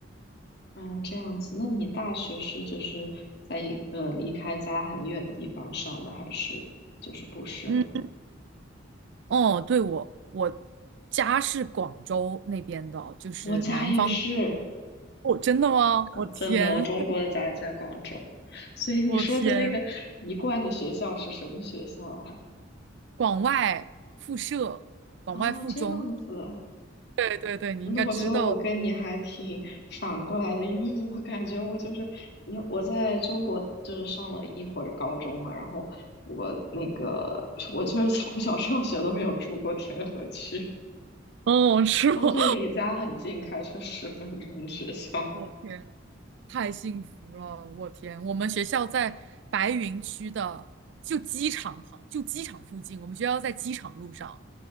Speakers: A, on the left; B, on the right.
A: 嗯，这样子，那你大学是就是在一个离开家很远的地方上的，还是就是不是呢？
B: 嗯。哦，对，我我家是广州那边的，就是南方。
A: 我家也是，
B: 哦，真的吗？
A: <laughs> 嗯真的，
B: 我天，
A: 我中国的家也在广州，
B: <laughs>
A: 所以你说的那个一贯的学校是什么学校啊？
B: 我天，广外附设，广外附中。
A: 哦，这样子。
B: 对对对，你应该知道。
A: 那我觉得我跟你还挺反过来的，因为我感觉我就是，因为我在中国就是上了一会儿高中嘛，然后我那个 <laughs> 我就是从小上学都没有出过天河区，
B: 哦，是吗？
A: 都是离家很近，开车十分钟学校。
B: <laughs> 我天，太幸福了！我天，我们学校在白云区的，就机场旁，就机场附近。我们学校在机场路上，